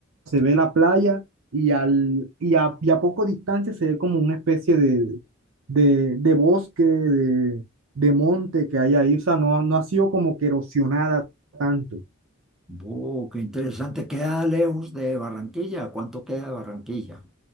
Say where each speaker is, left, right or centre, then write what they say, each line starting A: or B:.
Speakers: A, on the right; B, in the centre.
A: se ve la playa y, al, y, a, y a poco distancia se ve como una especie de, de, de bosque, de, de monte que hay ahí, o sea, no, no ha sido como que erosionada tanto.
B: Oh, qué interesante, queda lejos de Barranquilla, ¿cuánto queda de Barranquilla?